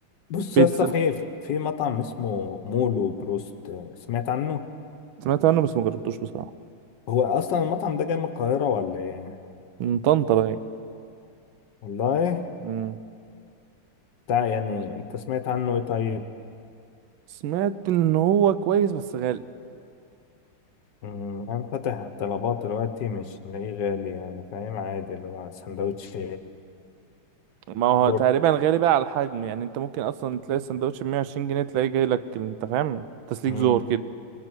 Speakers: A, on the left; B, on the right.
A: بص
B: بيتزا
A: يا اسطى في في مطعم اسمه مولو بروست سمعت عنه
B: سمعت عنه بس ما جربتوش بصراحة
A: هو اصلا المطعم ده جاي من القاهره ولا ايه
B: من طنطا باين
A: والله
B: مم.
A: بتاع يعني انت سمعت عنه ايه طيب
B: سمعت إن هو كويس بس غالي
A: أمم، أنا فاتح طلبات دلوقتي مش لاقيه غالي يعني فاهم عادي اللي هو سندوتش
B: ما هو
A: برجر
B: تقريبا غالي بقى على الحجم يعني أنت ممكن أصلا تلاقي السندوتش ب 120 جنيه تلاقيه جاي لك أنت فاهم تسليك
A: أمم،
B: زور كده